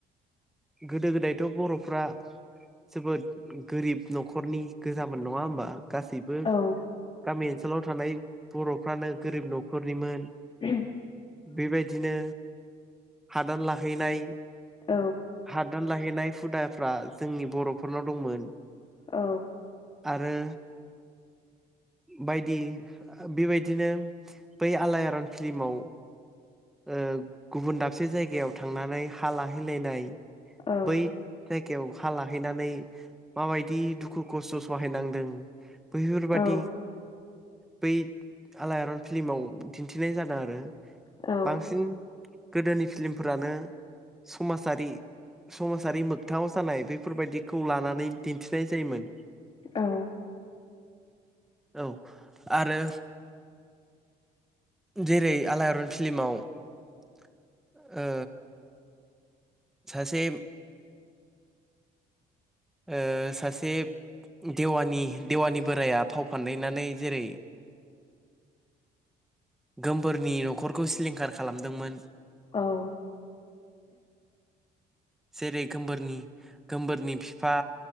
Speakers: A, in the centre; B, on the left.
A: गोदो गोदायथ' बर'फ्रा जोबोद गोरिब न'खरनि गोजामोन नङा होमबा गासैबो
B: औ
A: गामि ओनसोलाव थानाय बर'फ्रानो गोरिब न'खरनिमोन।
B: <unintelligible>
A: बेबायदिनो हादान लाहैनाय
B: औ
A: हादान लाहैनाय हुदाफ्रा जोंनि बर'फोरनाव दंमोन।
B: औ
A: आरो बायदि बेबायदिनो बै आलायारन फिल्माव ऐ गुबुन दाबसे जायगायाव थांनानै हा लाहैलायनाय
B: औ
A: बै जायगायाव हा लाहैनानै माबायदि दुखु खसथ' सहायनांदों बैफोरबायादि
B: औ
A: बै आलायारन फिल्माव दिनथिनाय जादों आरो।
B: औ औ
A: बांसिन गोदोनि फिल्मफोरानो समाजारि समाजारि मोगथाङाव जानाय बेफोर बायदिखौ लानानै दिनथिनाय जायोमोन।
B: औ
A: औ आरो जेरै आलायारन फिल्माव ओ सासे ओ सासे देवानि देवानि बोराया फाव फानदायनानै जेरै गोमबोरनि न'खरखौ सिलिंखार खालामदोंमोन
B: औ
A: जेरै गोबोरनि गोमबोरनि बिफा